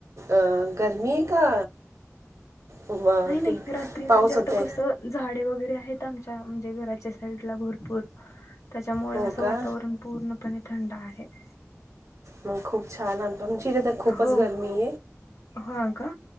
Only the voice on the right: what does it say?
अं गर्मी आहे का? व-
ते
पाऊस
होते
हो
का
मग खूप छान आहे की. आमची इथे तर खूपच
गरमी